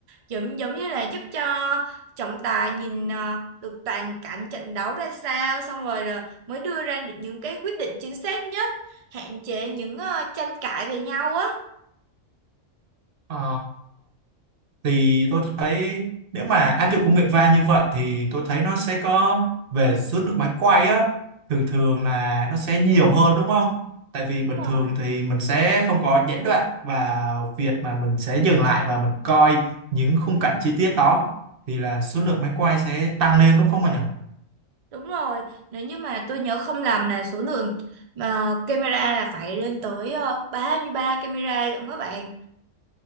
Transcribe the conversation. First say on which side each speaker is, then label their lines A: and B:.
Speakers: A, on the right; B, on the right.
A: giống giống như là giúp cho trọng tài nhìn ờ, được toàn cảnh trận đấu ra sao xong rồi, rồi mới đưa ra được những cái quyết định chính xác nhất hạn chế những ờ, tranh cãi về nhau á
B: Ờ thì tôi thấy nếu mà áp dụng công nghệ va như vậy thì tôi thấy nó sẽ có về số lượng máy quay á thường thường là nó sẽ nhiều hơn đúng không? Tại vì bình
A: đúng rồi
B: thường thì mình sẽ không có gián đoạn và việc mà mình sẽ dừng lại và mình coi những khung cảnh chi tiết đó thì là số lượng máy quay sẽ tăng lên đúng không mà nhỉ?
A: đúng rồi nếu như mà tôi nhớ không lầm là số lượng ờ, camera là phải lên tới ờ, 33 camera luôn các bạn